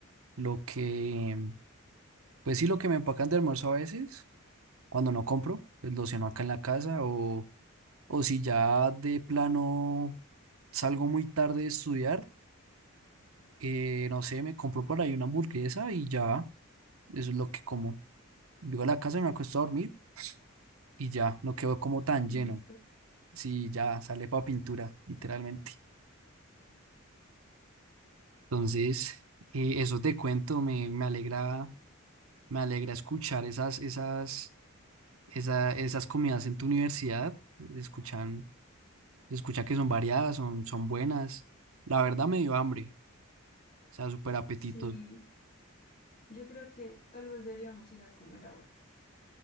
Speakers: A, on the right; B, on the left.
A: Lo que, em, pues sí, lo que me empacan de almuerzo a veces, cuando no compro, pues lo ceno acá en la casa. O, o si ya de plano salgo muy tarde de estudiar, eh, no sé, me compro por ahí una hamburguesa y ya, eso es lo que como. Llego a la casa, me acuesto a dormir y ya, no quedo como tan
B: Y
A: lleno.
B: listo.
A: Sí, ya sale para pintura, literalmente. Entonces, eh, eso te cuento, me, me alegra, me alegra escuchar esas, esas, esa- esas comidas en tu universidad. Se Escuchan, se escucha que son variadas, son, son buenas. La verdad me dio hambre, o sea, súper apetito.
B: Sí, yo creo que tal vez deberíamos ir a comer ahora.